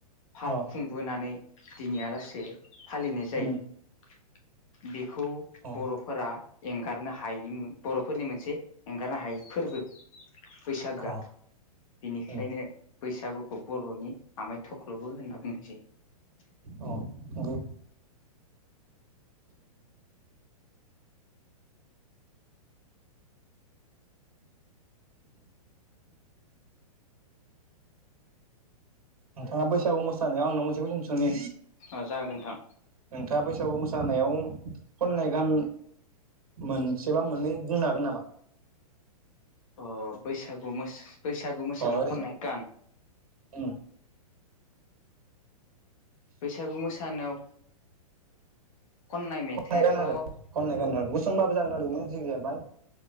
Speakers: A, on the left (about 60°); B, on the right (about 65°).
A: फाल
B: अ
A: खुंबोनानै दिनैया लासे फालिनाय जायो
B: उम
A: बेख खौ
B: अ
A: बर'फोरा एंगारनो हायिनिमो बर'फोरनि मोनसे एंगारनो हायै फोरबो बैसागोआ
B: अ
A: बिनिखायनो
B: उम
A: बैसागुखौ बर'नि आमाय थख ख्ल'बो होनना बुंनाय जायो।
B: अ नंगौ नोंथाङा बैसागु मोसानायाव आं नोंनाव मोनसे कुइसन सोंनि?
A: ओ जागोन नोंथां
B: नोंथाङा बैस सागु मोसानायाव खननाय गान मोनसेबा मोननै बुंनो हागोन नामा
A: अ बैसागु मोस बैसागु मोसानायाव
B: अ ओरैनो
A: खननाय गान
B: उम
A: बैसागु मोसानायाव खननाय मेथाइआथ'
B: खन्नाय गान
A: औ
B: आरो खननाय गाना गुसुंबाबो जागोन ओरैनो जिगि जाया बाय